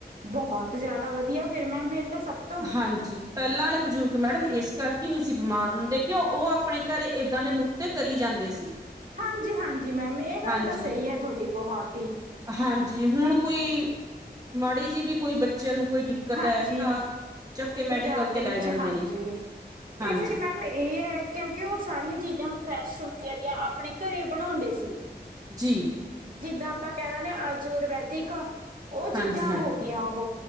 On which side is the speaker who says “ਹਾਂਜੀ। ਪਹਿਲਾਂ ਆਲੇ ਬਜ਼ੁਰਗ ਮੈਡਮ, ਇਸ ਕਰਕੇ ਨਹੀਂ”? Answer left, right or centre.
Right